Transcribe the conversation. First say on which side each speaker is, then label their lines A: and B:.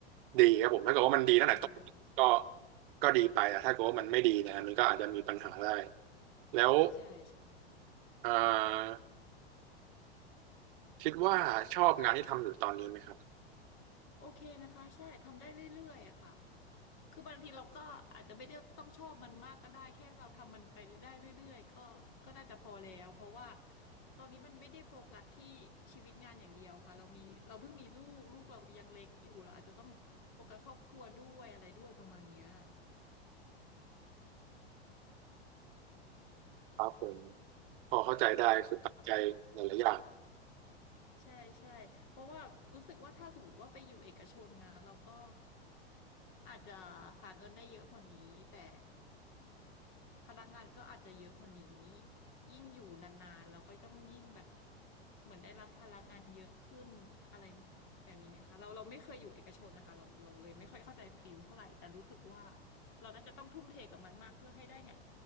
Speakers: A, on the right; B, on the left.
A: ดีครับผมถ้าเกิดว่ามันดีตั้งแต่ต้นก็
B: อ่า
A: ก็ดีไปแต่ถ้าเกิดว่ามันไม่ดีเนี่ยมันก็อาจจะมีปัญหาได้แล้ว
B: ใช่ใช่
A: เอ่อคิดว่าชอบงานที่ทำอยู่ตอนนี้ไหมครับ
B: โอเคนะคะใช่ทำได้เรื่อยๆอะค่ะคือบางทีเราก็อาจจะไม่ได้ต้องชอบมันมากก็ได้แค่เราทำมันไปได้เรื่อยๆก็ก็น่าจะพอแล้วเพราะว่าตอนนี้มันไม่ได้โฟกัสที่ชีวิตงานอย่างเดียวค่ะเรามีเราเพิ่งมีลูกลูกเรายังเล็กอยู่เราอาจจะต้องโฟกัสครอบครัวด้วยอะไรด้วยประมาณเนี้ย
A: ครับผมพอเข้าใจได้คือปัจจัยหลายๆอย่าง
B: ใช่ใช่เพราะว่ารู้สึกว่าถ้าสมมติว่าไปอยู่เอกชนนะเราก็อาจจะหาเงินได้เยอะกว่านี้แต่ พนักงานก็อาจจะเยอะกว่านี้ยิ่งอยู่นานๆเราก็ต้องยิ่งแบบเหมือนได้รับพลังงานเยอะขึ้นอะไรแบบนี้ไหมคะเราเราไม่เคยอยู่เอกชนนะคะเราเราเลยไม่ค่อยเข้าใจฟิลเท่าไหร่แต่รู้สึกว่าเราน่าจะต้องทุ่มเทกับมันมากเพื่อให้ได้เง